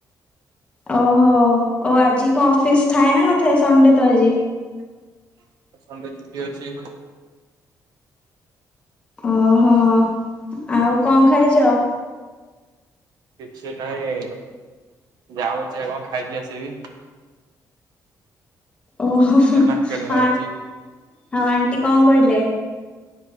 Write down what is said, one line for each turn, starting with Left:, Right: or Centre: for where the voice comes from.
Left: ଓହୋ ଓ ଆଜି କଣ ଅଫିସ ଥାଏ ନା ନଥାଏ ସଣ୍ଡେ ତ ଆଜି?
Right: ସଣ୍ଡେ ଛୁଟି ଅଛି।
Left: ଓହୋ ଆଉ କଣ ଖାଇଛ?
Right: କିଛି ନାହିଁ ଯାଉଛି ବା କଣ ଖାଇକି ଆସିବି?
Left: ଓହୋ
Right: ଏ
Left: ଅ
Right: ମାର୍କେଟ ବାହାରିଛି
Left: ଆ ଆଉ ଆଣ୍ଟି କଣ କହିଲେ?